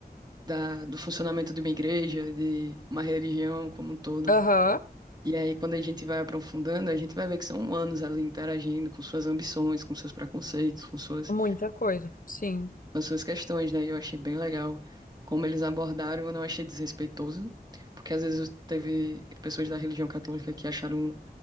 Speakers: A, on the right; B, on the left.
A: da, do funcionamento de uma igreja, de uma religião como um todo.
B: Aham,
A: E aí, quando a gente vai aprofundando, a gente vai ver que são humanos ali interagindo com suas ambições, com seus preconceitos, com suas
B: muita coisa. Sim,
A: as suas questões, né? E eu achei bem legal como eles abordaram, eu não achei desrespeitoso, porque às vezes teve pessoas da religião católica que acharam,